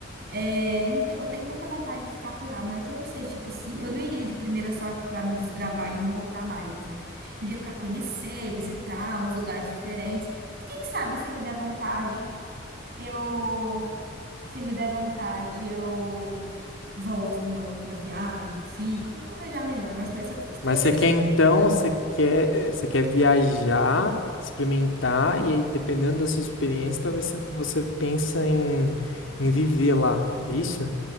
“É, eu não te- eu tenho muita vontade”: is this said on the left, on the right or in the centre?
Right